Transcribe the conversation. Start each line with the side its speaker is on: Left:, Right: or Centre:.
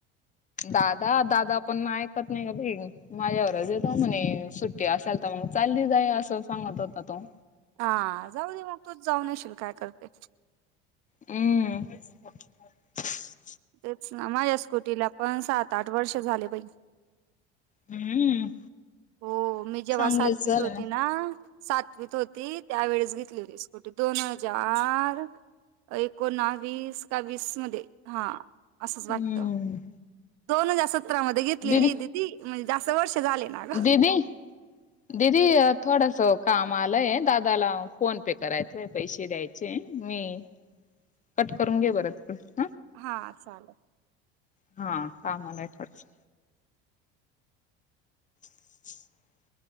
Left: दादा दादा पण ऐकत नाही का बाई माझ्यावरच येतो म्हणे सुट्टी असाल तर मग, चालली जा आहे असं सांगत होता तो,
Right: हा जाऊ दे मग तू जाऊ नशील काय करते.
Left: हम्म <unintelligible>
Right: तेच ना माझ्या स्कुटीला पण सात आठ वर्ष झाले पई.
Left: हम्म,
Right: हो मी जेव्हा
Left: चांगलेच
Right: सातवीत
Left: झालं
Right: होती ना. सातवीत होती त्यावेेळेस घेतली होती स्कुटी दोन हजार, एकोणवीस का वीस मध्ये हा. असंच वाटत
Left: हम्म
Right: दोन हजार सतरा मध्ये घेतलेली
Left: दीदी
Right: दिदी म्हणजे जास्त वर्ष. ते झाले ना ग,
Left: दिदी दिदी थोडा सो. काम आलंय दादाला फोन पे करायचय पैसे द्यायचे मी, कट करून घे बरं तिकडे.
Right: हा चालेल,
Left: हा कामलाय रच. <inaudible>